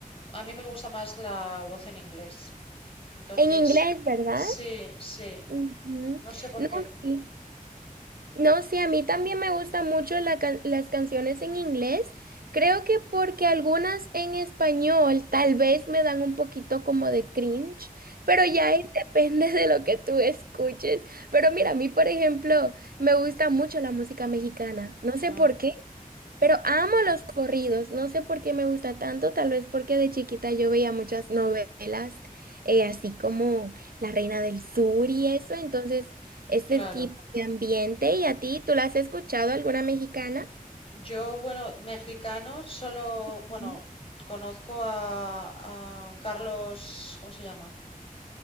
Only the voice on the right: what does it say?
En inglés, ¿verdad?
Ujú.
No,
sí. No, sí, a mí también me gustan mucho la can- las canciones en inglés. Creo que porque algunas en español tal vez me dan un poquito como de cringe, pero ya es- <laughs> depende de lo que tú escuches. Pero mira, a mí, por ejemplo, me gusta mucho la música mexicana. No sé
por qué. Pero amo los corridos, no sé por qué me gusta tanto, tal vez porque de chiquita yo veía muchas novelas, eh, así como La Reina del Sur y eso, entonces este
tipo de ambiente. ¿Y a ti, tú la has escuchado alguna mexicana?
Ujú.